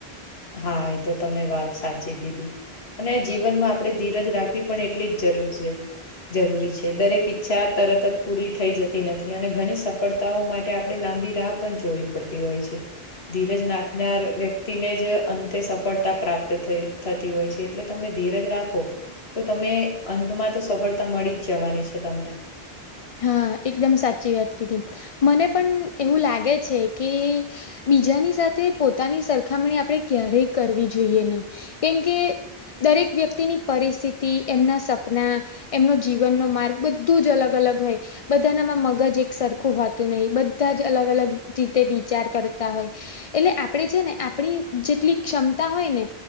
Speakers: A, on the left (about 75°); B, on the left (about 50°).
A: હા એ તો તમે વાત સાચી કીધી. અને જીવનમાં આપણે ધીરજ રાખવી પણ એટલી જ જરૂરી છે. જરૂરી છે. દરેક ઈચ્છા તરત જ પૂરી થઈ જતી નથી અને ઘણી સફળતાઓ માટે આપણે લાંબી રાહ પણ જોવી પડતી હોય છે. ધીરજ નાખનાર વ્યક્તિને જ અંતે સફળતા પ્રાપ્ત થતી હોય છે એટલે તમે ધીરજ રાખો તો તમે અંતમાં તો સફળતા મળી જ જવાની છે તમને.
B: હા એકદમ સાચી વાત કીધી મને પણ એવું લાગે છે કે બીજાની સાથે પોતાની સરખામણી આપણે ક્યારેય કરવી જોઈએ નય કેમકે દરેક વ્યક્તિની પરિસ્થિતિ, એમના સપના એમનો જીવનનો માર્ગ બધું જ અલગ અલગ હોય. બધાના માં મગજ એક સરખું હોતું નય બધા જ અલગ અલગ રીતે વિચાર કરતા હોય. એટલે આપણે છે ને આપણી જેટલી ક્ષમતા હોય ને